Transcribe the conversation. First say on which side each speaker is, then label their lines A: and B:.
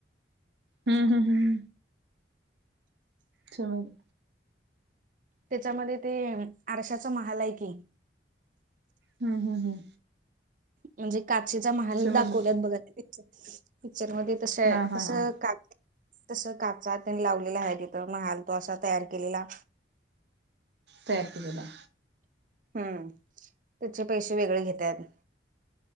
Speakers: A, on the right; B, on the right.
A: हूं हूं हूं चमायला
B: त्याच्यामध्ये ते आरश्याचं महाल हाय की
A: हूं हूं हूं
B: म्हणजे काचेचा महाल
A: समजलं
B: दाखवल्यात बघा ते पिक्चर पिक्चर मध्ये तस
A: हा हा
B: तसं
A: हा
B: काच तस काचा त्यानं लावलेला आहे तिथं महाल तो असा तयार केलेला.
A: तयार केलेला.
B: हम्म त्याचे पैसे वेगळे घेत्यात.